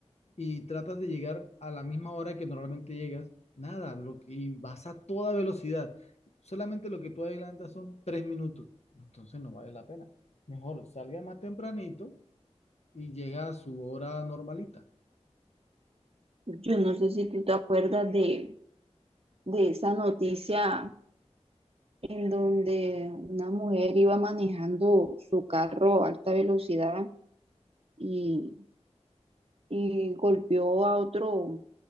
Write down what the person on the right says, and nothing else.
yo no sé si tú te acuerdas de, de esa noticia en donde una mujer iba manejando su carro a alta velocidad y y golpeó a otro,